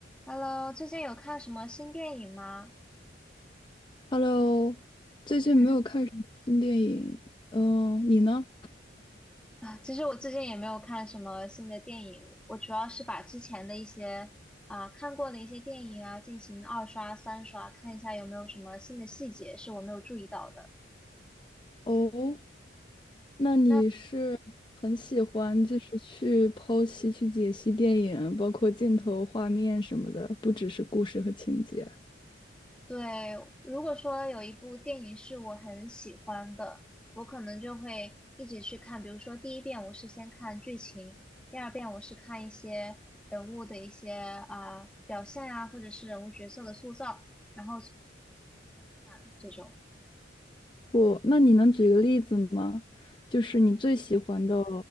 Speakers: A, in the centre; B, on the left.
A: Hello，最近有看什么新电影吗？
B: Hello，最近没有看什么新电影，
A: 嗯，
B: 嗯，你呢？
A: 啊，其实我最近也没有看什么新的电影，我主要是把之前的一些啊看过的一些电影啊进行二刷、三刷，看一下有没有什么新的细节是我没有注意到的。
B: 哦，那你是很喜欢就是去剖析、
A: 那
B: 去解析电影，包括镜头、画面什么的，不只是故事和情节。
A: 对，如果说有一部电影是我很喜欢的，我可能就会一直去看。比如说，第一遍我是先看剧情，第二遍我是看一些人物的一些啊、表现啊，或者是人物角色的塑造，然后去看这种。
B: 我，那你能举个例子吗？就是你最喜欢的